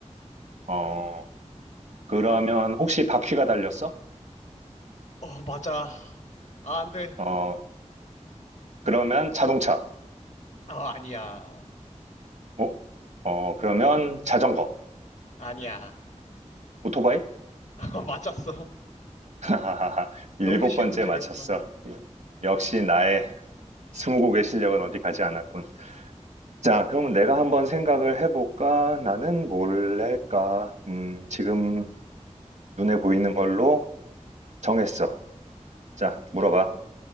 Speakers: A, on the right; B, on the left.
A: 어, 그러면 혹시 바퀴가 달렸어?
B: 어, 맞아. 아, 안 돼.
A: 어, 그러면 자동차.
B: 아, 아니야.
A: 어? 어, 그러면 자전거.
B: 아니야.
A: 오토바이?
B: <laughs> 어, 맞았어.
A: <laughs> 하하하 일곱
B: 너무 쉬운
A: 번째
B: 문제를
A: 맞췄어.
B: 했구나.
A: 역시 나의 스무고개 실력은 어디 가지 않았군. 자, 그러면 내가 한번 생각을 해볼까? 나는 뭘 할까? 음, 지금 눈에 보이는 걸로 정했어. 자, 물어봐.